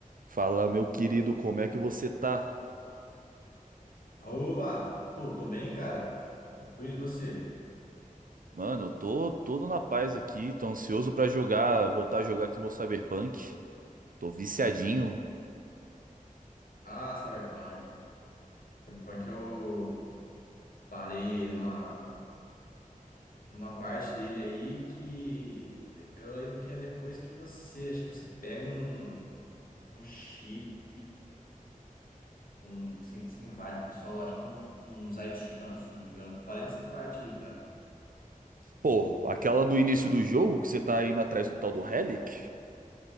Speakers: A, on the right; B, on the left.
A: Fala, meu querido, como é que você tá?
B: Aúba! Ô, tô bem, cara. Tranquilo, e você?
A: Mano, eu tô todo na paz aqui, tô ansioso pra jogar, voltar a jogar aqui meu Cyberpunk. Tô viciadinho.
B: Ah, Cyberpunk. Cyberpunk eu parei numa, numa parte dele aí que eu lembro que é depois que você, acho que você pega um, um chip, um, que você, você invade o pessoal, acho que é um, um, uns haitianos, se não me engano. Parei nessa parte aí, cara.
A: Pô, aquela do início do jogo que você tá indo atrás do tal do Relic?